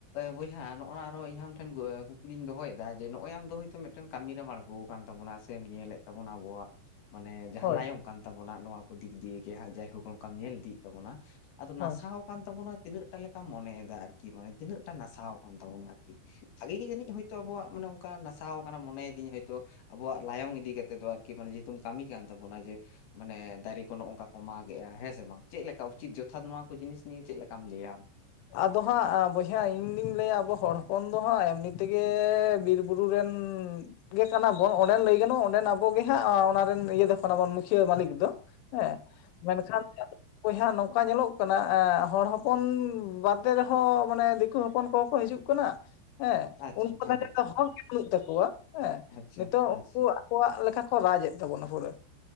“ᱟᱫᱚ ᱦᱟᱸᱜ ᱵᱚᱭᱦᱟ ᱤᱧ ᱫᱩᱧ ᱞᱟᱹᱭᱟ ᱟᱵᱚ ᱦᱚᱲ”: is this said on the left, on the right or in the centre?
Left